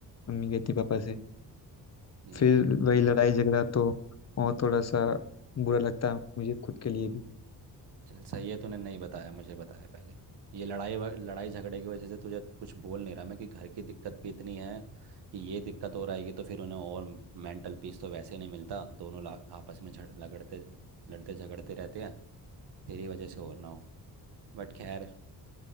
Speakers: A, on the left (about 40°); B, on the right (about 70°).
A: मम्मी कहती पापा से
B: ये
A: फिर वही लड़ाई झगड़ा तो और थोड़ा सा बुरा लगता है मुझे खुद के लिए भी
B: चल सही है तूने नहीं बताया मुझे बताया पहले ये लड़ाई व- लड़ाई झगड़े की वजह से तुझे कुछ बोल नहीं रहा मैं कि घर की दिक्कत भी इतनी है कि ये दिक्कत हो रहेगी तो फिर उन्हें और मेंटल पीस तो वैसे नहीं मिलता दोनों ला- आपस में झड़ लगड़ते लड़ते झगड़ते रहते हैं तेरी वजह से और ना हो बट खैर